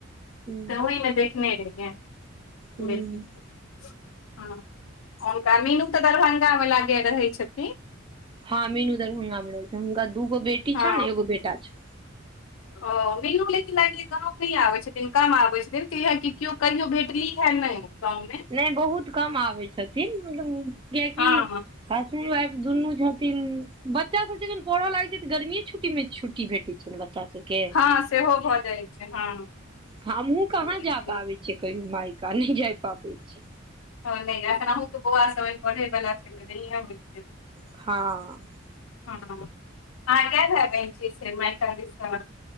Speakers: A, on the right (about 25°); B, on the left (about 80°).
A: हूँ
B: तऽ ओहिमे देखने रहियै
A: हूँ
B: बेटी के। हं हुनका मीनू तऽ दरभंगामे लागे रहै छथिन।
A: हँ मीनू दरभंगा मे रहै छै हूनका दूगो बेटी
B: हँ
A: छन एगो बेटा छै।
B: ओ मीनू लेकिन लागेया गाँव नहि आबैत छथिन कम आबैत छथिन कियाकि केओ कहियो भेटली है नहि। गाँव मे
A: नहि बहुत कम आबै छथिन मतलब कियाकि
B: हँ
A: हसबैंड वाइफ दुनू छथिन बच्चा सब जखन पढ़ऽ लागै छै तऽ गर्मीे छुट्टींमे छु टी भेटै छै ने बच्चा सबके।
B: हँ सेहो भऽ जाइ छै हँ।
A: हमहुँ कहाँ
B: तऽ ओहिमे
A: जा पाबै छै कहियो मायका नहि जाय पाबै। छी
B: हँ नहि एखन अहूँके बौआ सभ ऐ पढ़ैवला छै तऽ नहिए होइ छै।
A: हँऽ
B: हँ आहाँ कै भाय बहिन छियै से मायका दिस सँ-?